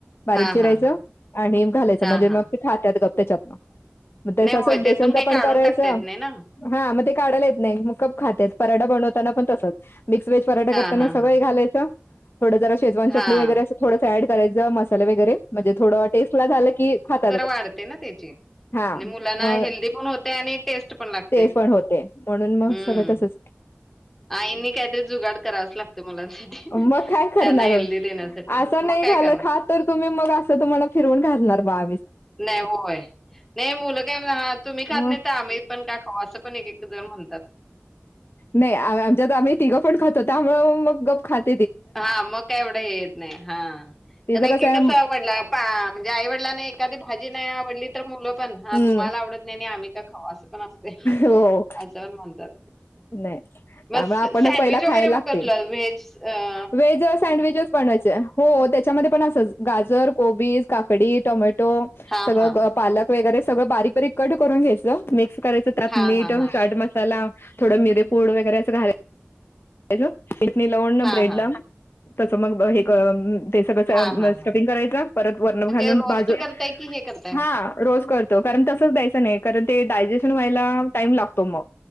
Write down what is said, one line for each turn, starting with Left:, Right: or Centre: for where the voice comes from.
Left: बारीक
Centre: हां,
Left: चिरायचं.
Centre: हां, हां.
Left: आणि घालायचं
Centre: हां,
Left: म्हणजे
Centre: हां.
Left: मग खातेत गप त्याच्यातल मग गपचूप
Centre: नाही होय,
Left: तसंच
Centre: त्यातून
Left: बेसनच
Centre: काही काढून
Left: पण करायचं.
Centre: टाकता येत नाही ना.
Left: हा मग ते काढायला येत नाही.. मग गप खातेत. पराठा बनवताना पण, तसच मिक्स वेज पराठा
Centre: हां,
Left: करताना
Centre: हां,
Left: सगळं
Centre: हां.
Left: घालायचं थोंड जरा शेजवान
Centre: हां,
Left: चटणी वगैरें थोडं ॲड करायचं म वगैरे म्हणजे कस टेस्टला झाल की खातात गप
Centre: पाडते ना त्याची
Left: हा
Centre: आणि मुलांना
Left: मग
Centre: हेल्दी पण होते. आणि टेस्ट पण लागते....
Left: ते पण होते म्हणून मग
Centre: हं
Left: सगळं तसंच
Centre: आईंनी काहीतरी जुगाड करावंच लागतो... मुलांसाठी.
Left: मग काय करणार?
Centre: त्यांना हेल्दी देण्यासाठी.
Left: असं
Centre: मग
Left: नाही
Centre: काय
Left: घालं
Centre: करणार?
Left: खात तर तुम्ही मग असं तुम्हाला. फिरवून घालणार बघ
Centre: नाही होय. नाही मुलं काय म्हणा, "हां, तुम्ही खात
Left: म
Centre: नाही. तर आम्ही पण काय खाऊ असं पण एक एक जण म्हणत.
Left: नाही... आमच्यात आम्ही तिघं पण खातो त्यामुळ मग गपचुप खात.
Centre: हा मग काय एवढं हे येत नाही... हा
Left: तिचं
Centre: तर नाही
Left: कसं
Centre: कि
Left: आहे
Centre: कस आवडला पा म्हणजे आईवडिलांना नाही. एखादी भाजी नाही आवडली तर मुलं पणा
Left: हम्म
Centre: तुम्हाला आवडत नाही. आणि आम्ही का खाऊ? अस पण
Left: हो
Centre: म्हणतात
Left: नाही
Centre: मग
Left: त्यामुळे आपणच
Centre: सडविच
Left: पहिला
Centre: वगैरे
Left: खायला लागते
Centre: व्हेज हं
Left: व्हेज सँडविचेस बनवायच.. हो त्याच्यामध्ये पण असच गाजर, कोबीज, काकडी, टोमॅटो,
Centre: हां,
Left: सगळं
Centre: हां.
Left: पालक, वगैरे सगळं बारीक बारीक कट करून घ्यायंच मे करायचं त्यात
Centre: हां,
Left: मीठ,
Centre: हां, हां.
Left: चाट मसाला थोडं मिरेपूड वगैरे असं घालायच चटणी लावुण न
Centre: हां,
Left: ब्रेड
Centre: हां.
Left: ला.... तसं मग हे ते सगळं
Centre: हां, हां,
Left: स्टपिंग
Centre: हां.
Left: करायच परत वर्ण
Centre: म्हणजे
Left: घालून
Centre: रोस्ट
Left: भाजून
Centre: करताय की हे करताय?
Left: हा रोज कर कारण तसंच द्यायचं नाही... कारण ते डायजेशन व्हायला टाईम लागतो. मग